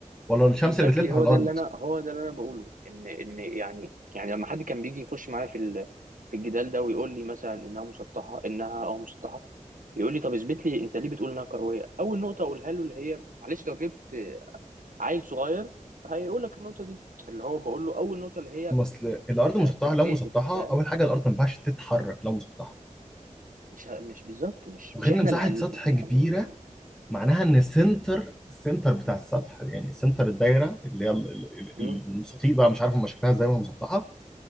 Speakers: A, in the centre; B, on the right.
A: ولا الشمس
B: اكزاكتلي
A: اللي بتلف على
B: هو
A: الارض
B: ده اللي انا هو ده اللي انا بقوله ان ان يعني يعني لما حد كان بيجي يخش معايا في ال- في الجدال ده ويقول لي مثلا انها مسطحه انها اه مسطحه يقول لي طب اثبت لي انت ليه بتقول انها كرويه اول نقطه اقولها له اللي هي معلش لو جبت عيل صغير هيقول لك النقطه دي اللي هو بقول له اول نقطه اللي هي
A: ما اصل الارض
B: ك
A: مسطحه
B: كبيزكس
A: لو مسطحه
B: فاهم
A: اول حاجه الارض ما ينفعش تتحرك لو مسطحه
B: مش ه- مش بالظبط مش
A: وغير
B: مش احنا
A: ان مساحه
B: اللي هن
A: سطح كبيره
B: يعني
A: معناها ان
B: يعني
A: السنتر السنتر بتاع السطح يعني سنتر الدايره اللي هي ال- ال-
B: م-
A: ال-
B: م-
A: المستطيل بقى مش عارف هم شكلها ازاي وهي مسطحه